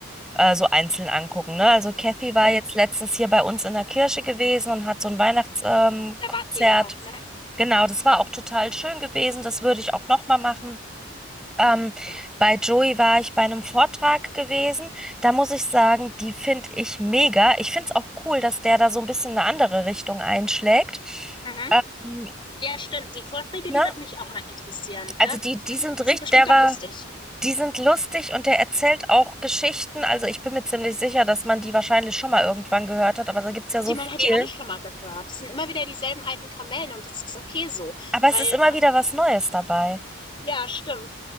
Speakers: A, in the centre; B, on the left.
A: äh, so einzeln angucken. Ne? Also Kathy
B: Mhm.
A: war jetzt letztens hier bei uns in der Kirche gewesen und hat so ein Weihnachtskonzert. Ähm,
B: Da
A: Konzert.
B: wart ihr ja auch, ne?
A: Genau, das war auch total schön gewesen. Das würde ich auch nochmal machen. Ähm,
B: Ja.
A: bei Joey war ich bei einem Vortrag gewesen. Da muss ich sagen, die finde ich mega. Ich finde es auch cool, dass der da so ein bisschen eine andere Richtung einschlägt.
B: Mhm.
A: Ähm,
B: Ja, stimmt. Die Vorträge,
A: ne?
B: die wird mich auch mal interessieren,
A: Also
B: ne?
A: die, die sind
B: Die
A: richtig,
B: sind bestimmt
A: der war,
B: auch lustig.
A: die sind lustig und der erzählt auch Geschichten. Also ich bin mir ziemlich sicher, dass man die wahrscheinlich schon mal irgendwann gehört hat, aber da gibt es ja so
B: die man
A: viel.
B: hat die alle schon mal gehört. Es sind immer wieder dieselben alten Kamellen und das ist okay so,
A: Aber es
B: weil
A: ist immer
B: man,
A: wieder was Neues dabei.
B: ja, stimmt.